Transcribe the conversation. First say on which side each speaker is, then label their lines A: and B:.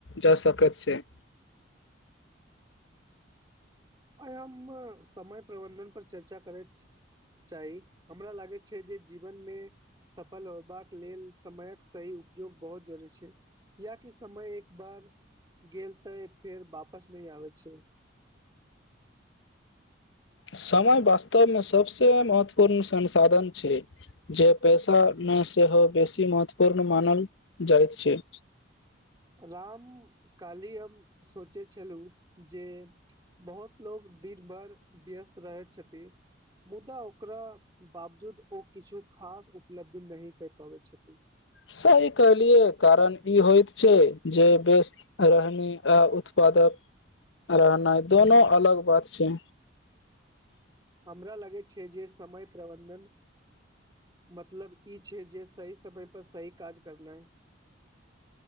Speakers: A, on the left; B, on the right.
A: जा सकैत छै।
B: आइ हम समय प्रबन्धनपर चर्चा करैत चाही हमरा लागैत छै जे जीवनमे सफल होयबाक लेल समयक सही उपयोग बहुत जरूी छै किियकि समय एक बार गेल तऽ फेर वापस नहि आबै छै।
A: समय वास्तवमे सभसँ महत्वपूर्ण संसाधन छै जे पैेशामे सेहो बेसी महत्वपूर्ण मानल जाइत छै।
B: राम काली हम सोचे छलहु जे बहुत लोको दिन भर व्यस्त रहैत छथिन मुदा ओकरा बावजूद ओ किछु खास उपलब्धि नहि कहि पाबै छथिन।
A: सही कहलियए कारण ई होइत छै जे व्यस्त रहनी आ उत्पादक रहनाइ दुनो अलग बात छै।
B: हमरा लगे छै जे समय प्रबन्धन। मतलब ई छै जे सही समय पर सही काज करनाइ।